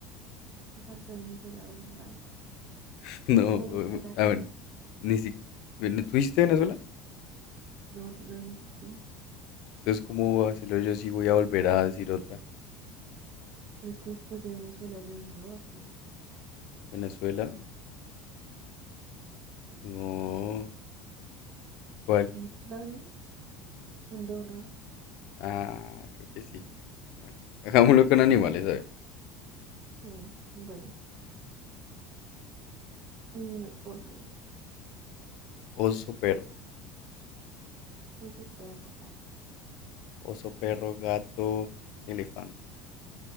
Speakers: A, on the right; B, on the left.
A: me faltó Venezuela. Bueno, dale.
B: <laughs> No,
A: Venezuela
B: a
A: que
B: ver, ni si... ¿Tú dijiste Venezuela?
A: no lo dijiste tú.
B: Entonces, ¿cómo va a hacerlo yo si voy a volver a decir otra?
A: Pero es que después de Venezuela yo dije otro.
B: ¿Venezuela? No. ¿Cuál?
A: Sí, claro. Andorra.
B: Ah, creo que sí. Bueno, <laughs> hagámoslo con animales, a ver.
A: Mm, bueno. Eh, oso.
B: Oso, perro.
A: Oso, perro, gato.
B: Oso, perro, gato, elefante.